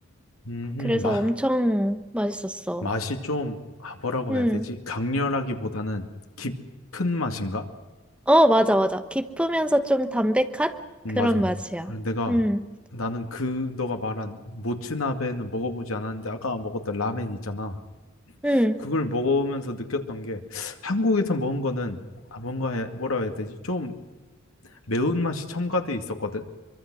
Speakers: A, on the left; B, in the centre.
A: 음,
B: 그래서
A: 마,
B: 엄청 맛있었어.
A: 맛이 좀, 아, 뭐라고
B: 음,
A: 해야 되지? 강렬하기보다는 깊은 맛인가?
B: 어, 맞아, 맞아. 깊으면서 좀 담백한
A: 음,
B: 그런
A: 맞아.
B: 맛이야.
A: 그리고 내가,
B: 음,
A: 나는 그, 너가 말한 모츠나베는 먹어보지 않았는데, 아까 먹었던 라멘 있잖아.
B: 음,
A: 그걸 먹으면서 느꼈던 게, 한국에서 먹은 거는, 아, 뭔가, 해- 뭐라 해야 되지? 좀 매운맛이 첨가돼 있었거든.